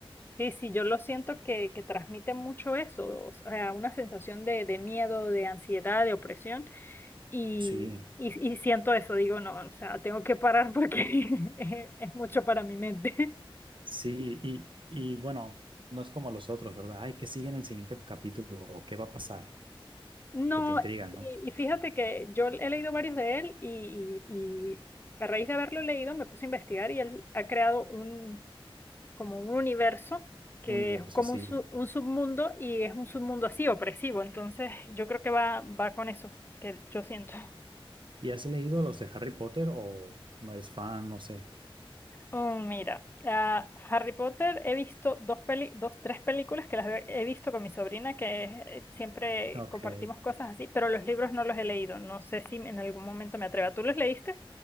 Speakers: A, on the left; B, on the right.
A: Sí, sí, yo lo siento que, que transmite mucho eso, o sea, una sensación de, de miedo, de ansiedad, de opresión, y,
B: Sí,
A: y, y siento eso, digo, no, o sea, tengo que parar porque <laughs> es, es mucho para mi mente.
B: sí, y, y bueno, no es como los otros, ¿verdad? Ay, que sigue en el siguiente capítulo o qué va a pasar,
A: No,
B: que te intrigan,
A: y,
B: ¿no?
A: y fíjate que yo he leído varios de él y, y, y a raíz de haberlo leído me puse a investigar y él ha creado un, como un universo que
B: Universo,
A: es como
B: sí.
A: un, su- un submundo y es un submundo así, opresivo, entonces yo creo que va, va con eso que yo siento.
B: ¿Y has leído los de Harry Potter o no eres fan? No sé.
A: Oh, mira, ah, Harry Potter he visto dos peli, dos, tres películas que las he he visto con mi sobrina, que eh, siempre
B: Ok.
A: compartimos cosas así, pero los libros no los he leído. No sé si en algún momento me atreva. ¿Tú los leíste?